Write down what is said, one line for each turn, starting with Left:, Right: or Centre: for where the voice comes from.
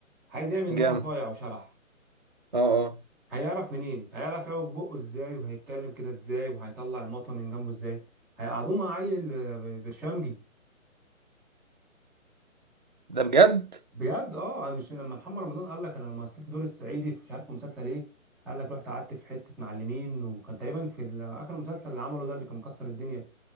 Centre: عايز يعمل ان
Right: جامد
Centre: هو صايع وشبح
Right: اه اه
Centre: هيعرف منين هيعرف يعوج بقه ازاي وهيتكلم كده ازاي وهيطلع المطوه من جنبه ازاي هيقعدوه مع عيل آه، برشامجي
Right: ده بجد
Centre: بجد اه انا مش لما محمد رمضان قال لك انا لما مثلت دور الصعيدي في مش عارف في مسلسل ايه قال لك رحت قعدت في حته معلمين وكان تقريبا في ال- اخر مسلسل اللي عمله ده اللي كان مكسر الدنيا